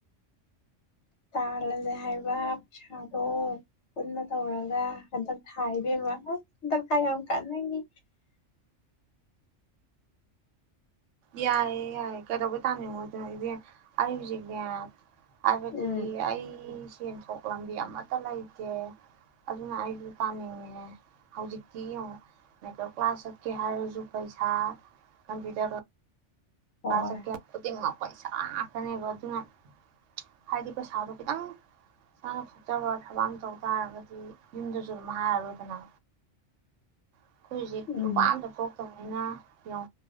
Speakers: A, on the left; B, on the right.
A: ꯇꯥꯜꯂꯂꯦ ꯍꯥꯏꯕ ꯄꯩꯁꯥꯗꯣ ꯄꯨꯟꯅ ꯇꯧꯔꯒ ꯍꯟꯗꯛ ꯊꯥ ꯏꯕꯦꯝꯃ ꯑꯁ ꯍꯟꯗꯛ ꯊꯥ ꯌꯥꯝ ꯀꯥꯟꯅꯉꯤ
B: ꯌꯥꯏꯑꯦ ꯌꯥꯏꯌꯦꯦ ꯀꯩꯗꯧꯕꯩ ꯇꯥꯅꯤꯡꯉꯣ ꯑꯗꯨ ꯑꯩ ꯍꯧꯖꯤꯛꯅꯦ ꯍꯥꯏꯕꯗꯤ
A: ꯎꯝ
B: ꯑꯩ ꯁꯦꯟꯊꯣꯛ ꯂꯝꯕꯤ ꯑꯃꯠꯇ ꯂꯩꯇꯦ ꯑꯗꯨꯅ ꯑꯩꯁꯨ ꯇꯥꯅꯤꯡꯉꯦ ꯍꯧꯖꯤꯛꯇꯤ ꯌꯦꯡꯉ ꯃꯦꯇꯋ ꯀ꯭ꯂꯥꯁ ꯆꯠꯀꯦ ꯍꯥꯏꯔꯁꯨ ꯄꯩꯁꯥ ꯀꯝꯄ꯭ꯌꯨꯇꯔ
A: ꯍꯣꯏ
B: ꯁꯛꯦ ꯍꯥ ꯄꯩꯁꯥ ꯉꯥꯛꯇꯅꯦꯕ ꯑꯗꯨꯅ ꯍꯥꯏꯗꯤ ꯄꯩꯁꯥꯗꯣ ꯈꯤꯇꯪ ꯏꯁꯥꯅꯊꯆꯕ ꯊꯕꯛ ꯑꯃ ꯇꯧ ꯇꯥꯔꯒꯗꯤ ꯌꯨꯝꯗꯁꯨ ꯑꯗꯨꯝ ꯍꯥꯏꯔꯔꯣꯏꯗꯅ ꯑꯩꯈꯣꯏ ꯍꯧꯖꯤꯛ
A: ꯎꯝ
B: ꯂꯨꯄꯥ ꯑꯝꯇ ꯊꯣꯛꯇꯕ ꯑꯩꯅ ꯌꯦꯣ